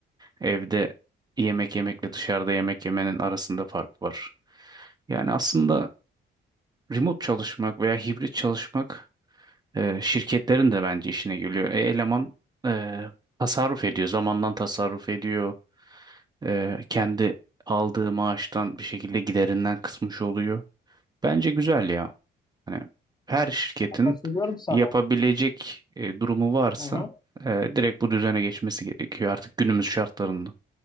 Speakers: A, on the right; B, on the left.
A: evde yemek yemekle dışarıda yemek yemenin arasında fark var. Yani aslında remote çalışmak veya hibrit çalışmak e, şirketlerin de bence işine geliyor. E, eleman e, tasarruf ediyor. Zamandan tasarruf ediyor. E, kendi aldığı maaştan bir şekilde giderinden kısmış oluyor. Bence güzel ya. Hani her şirketin
B: Katılıyorum sana.
A: yapabilecek e, durumu varsa
B: Hı hı.
A: e, direkt bu düzene geçmesi gerekiyor artık günümüz şartlarında.